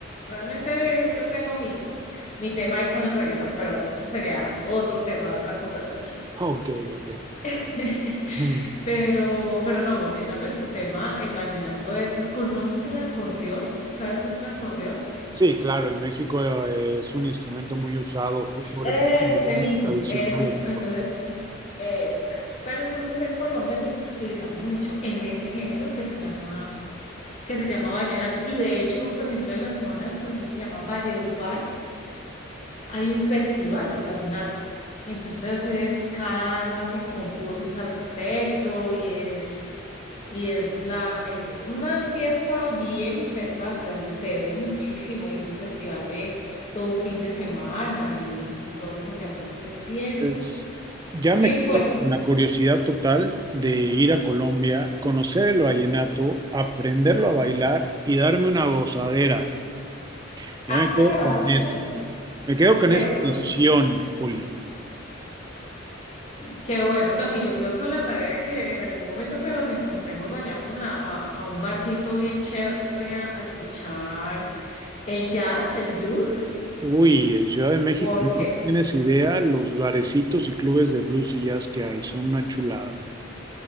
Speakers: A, on the left; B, on the right.
A: Realmente yo tengo mi, mi tema ahí con el reggaetón, pero bueno, eso sería otro tema de otra conversación.
B: Ok, ok.
A: <laughs>
B: Mm.
A: Pero, pero no, volviendo a nuestro tema, el vallenato es, ¿conoces el acordeón? ¿Sabes qué es un acordeón?
B: Sí, claro, en México eh, es un instrumento muy usado, ju- sobre
A: Ese
B: todo en los ritmos
A: mismo,
B: tradicionales.
A: ese mismo. Entonces,
B: ¿no?
A: eh, exacto. Pero entonces en Colombia lo utilizamos mucho en ese género que se llama, que se llama vallenato. Y de hecho, por ejemplo, en las zonas, por ejemplo, se llama Valledupar, hay un festival del vallenato. Entonces es, cada año hacen concursos al respecto y es, y es la, eh, es una fiesta bien interesante donde se ve muchísimo y es un festival de todo un fin de semana y, y todo ese tema. Es, es bien
B: Pues, ya
A: Bien
B: me quedo
A: fuerte.
B: con la curiosidad total de ir a Colombia, conocer el vallenato, aprenderlo a bailar y darme una gozadera.
A: Ah,
B: Ya me quedo
A: carajo.
B: con eso. Me quedo con
A: Qué
B: esa
A: bueno.
B: visión, Juli.
A: Qué bueno, ¿no? Y yo quedo con la tarea de que en algún momento que nos encontremos vayamos a, a- a un barcito bien chévere a, a escuchar el jazz, el blues,
B: Uy, en Ciudad de México
A: porque,
B: no tienes idea los barecitos y clubes de blues y jazz que hay, son una chulada.